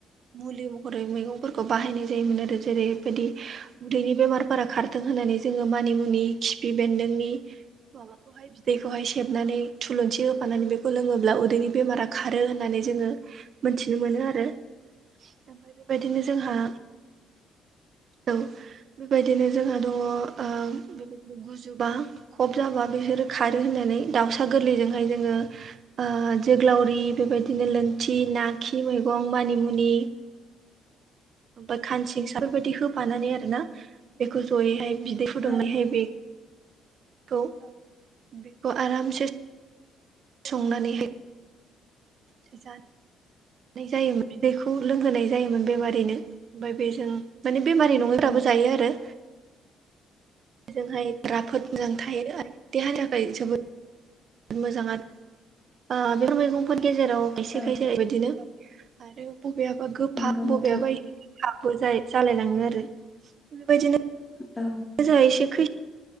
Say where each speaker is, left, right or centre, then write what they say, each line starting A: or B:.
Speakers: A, on the right; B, on the left.
A: मुलि महरै मैगंफोरखौ बाहायनाय जायोमोन आरो जेरैबायदि उदैनि बेमारफोरा खारथों होननानै जोङो मानिमुनि खिफि बेन्दोंनि माबाखौहाय बिदैखौहाय सेबनानै थुलुंसि होफानानै बेखौ लोङोब्ला उदैनि बेमारा खारो होननानै जोङो‌ मोनथिनो मोनो आरो ओमफ्राय बेबायदिनो जोंहा औ, बे बायदिनो जोंहा दङ ओ बे बायदिनो गुजुबा कब जाबा बिसोरो खारो होननानै दाउसा गोरलैजोंहाय जोङो ओ जोग्लावरि बेबायदिनो लोनथि, ना खि मैगं, मानिमुनि ओमफ्राय खानसिंसा बेफोरबायदि होफानानै आरो ना बेखौ जयैहाय बिदै फुदुंनायहाय
B: औ
A: बे खौ बेखौ आरामसे संनानै हाय <unintelligible> जायोमोन बिदैखौ लोंहोनाय जायोमोन बेमारिनो ओमफ्राय बेजों माने बेमारि नङैफ्राबो
B: औ
A: जायो आरो। बेजोंहाय राफोद मोजां थायो आरो देहानि थाखाय जोबोद मोजाङानो ओ बेफोर मैगंफोर गेजेराव एसे
B: औ
A: गाय जानाय बायदिनो आरो बबेयाबा गोफां
B: नंगौ नोंथां
A: बबेयाबा हाग जाय जालायलाङो आरो बेबायदिनो
B: औ
A: मोजा एसे खैस <unintelligible>